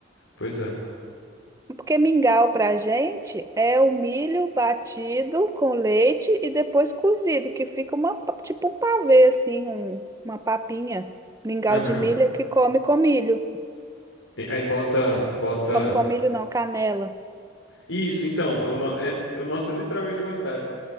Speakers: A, on the left (about 90°); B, on the right (about 15°).
A: Pois é.
B: Porque mingau para a gente é o milho batido com leite e depois cozido, que fica uma, pa- tipo um pavê, assim, um- uma papinha. Mingau
A: Aham.
B: de milho é que come com milho.
A: E Aí bota, bota.
B: Come com milho não, canela.
A: Isso, então, o no- é, o nosso é literalmente o contrário.